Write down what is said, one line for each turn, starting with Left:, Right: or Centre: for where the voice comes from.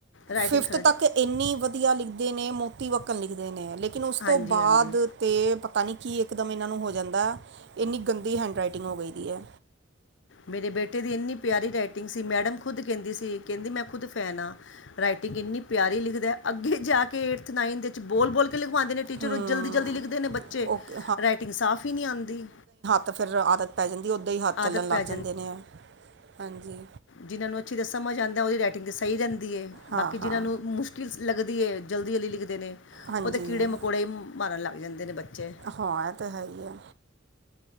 Left: ਰਾਈਟਿੰਗ
Right: ਫਿਫਥ
Left: ਖਰਾ
Right: ਤੱਕ ਇੰਨੀ ਵਦੀਆ ਲਿਖਦੇ ਨੇ ਮੋਤੀ ਵੱਕਣ ਲਿਖਦੇ ਨੇ ਲੇਕਿਨ ਉਸ
Left: ਹਾਂਜੀ
Right: ਤੋਂ ਬਾਅਦ
Left: ਹਾਂਜੀ
Right: ਤੇ ਪਤਾ ਨੀ ਕੀ ਇਕਦਮ ਏਨਾਂ ਨੂੰ ਹੋ ਜਾਂਦਾ, ਇੰਨੀ ਗੰਦੀ ਹੈਂਡਰਾਈਟਿੰਗ ਹੋ ਗਈ ਦੀ ਐ।
Left: ਮੇਰੇ ਬੇਟੇ ਦੀ ਇੰਨੀ ਪਿਆਰੀ ਰਾਈਟਿੰਗ ਸੀ ਮੈਡਮ ਖੁਦ ਕੈਂਦੀ ਸੀ ਕੈਂਦੀ ਮੈਂ ਖੁਦ ਫੈਨ ਆ ਰਾਈਟਿੰਗ ਇੰਨੀ ਪਿਆਰੀ ਲਿਖਦਾ ਅੱਗੇ ਜਾ ਕੇ ਏਟਥ ਨਾਈਥ ਵਿੱਚ ਬੋਲ-ਬੋਲ ਕੇ ਲਿਖਵਾਦੇ ਨੇ ਟੀਚਰ
Right: ਹੂੰ
Left: ਓ ਜਲਦੀ-ਜਲਦੀ ਲਿਖਦੇ ਨੇ ਬੱਚੇ
Right: ਓਕੇ
Left: ਰਾਈਟਿੰਗ ਸਾਫ਼ ਈ ਨੀ ਆਂਦੀ
Right: ਤਾਂ ਫਿਰ ਆਦਤ ਪੈ ਜਾਂਦੀ, ਓਦਾਂ ਈ ਹੱਥ ਚੱਲਣ
Left: ਆਦਤ
Right: ਲੱਗ
Left: ਪੈ
Right: ਜਾਂਦੇ ਨੇ ਹਾਂਜੀ
Left: ਜਿੰਨਾ ਨੂੰ ਅੱਛੀ <unintelligible> ਸਮਝ ਆਦਾ ਓਦੀ ਰਾਈਟਿੰਗ ਸਈ ਜਾਦੀ ਏ,
Right: ਹਾਂ
Left: ਬਾਕੀ
Right: ਹਾਂ
Left: ਜਿੰਨਾਂ ਨੂੰ ਮੁਸ਼ ਕਿਲ ਲੱਗਦੀ ਏ ਜਲਦੀ-ਲਦੀ ਲਿਗਦੇ ਨੇ,
Right: ਹਾਂਜੀ
Left: ਓ ਤਾਂ ਕੀੜੇ-ਮਕੌੜੇ ਮਾਰਨ ਲੱਗ ਜਾਂਦੇ ਨੇ ਬੱਚੇ
Right: ਹਾ ਏ ਤੇ ਹੈਈ ਐ।